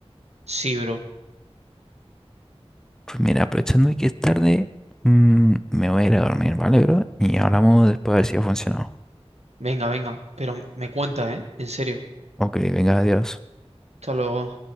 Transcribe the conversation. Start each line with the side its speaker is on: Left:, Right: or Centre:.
Right: Sí, bro.
Centre: Pues mira, aprovechando que es tarde, mm, me voy a ir a dormir, ¿vale, bro? Y hablamos después a ver si ha funcionado.
Right: Venga, venga, pero me cuenta, ¿eh? En serio.
Centre: Ok, venga, adiós.
Right: Hasta luego.